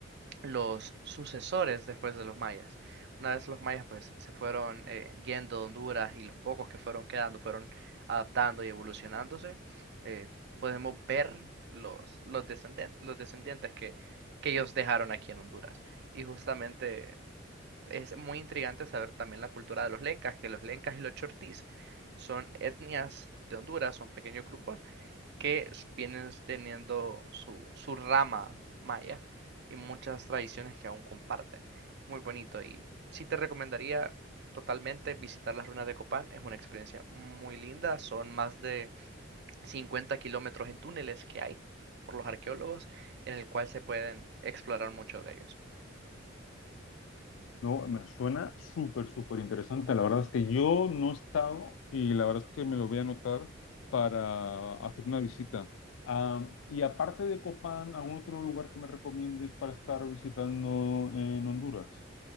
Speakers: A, on the right; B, on the left.
A: los sucesores después de los mayas. Una vez los mayas pues se fueron eh, yendo de Honduras y los pocos que fueron quedando fueron adaptando y evolucionándose, eh, podemos ver los, los descenden- los descendientes que, que ellos dejaron aquí en Honduras. Y justamente es muy intrigante saber también la cultura de los lencas, que los lencas y los chortís son etnias de Honduras, son pequeños grupos que vienen teniendo su, su rama maya y muchas tradiciones que aún comparten. Muy bonito y sí te recomendaría totalmente visitar las ruinas de Copán. Es una experiencia muy linda. Son más de 50 kilómetros en túneles que hay por los arqueólogos en el cual se pueden explorar mucho de ellos.
B: No, me suena súper, súper interesante. La verdad es que yo no he estado y la verdad es que me lo voy a anotar para hacer una visita. Ah, y aparte de Copán, ¿algún otro lugar que me recomiendes para estar visitando en Honduras?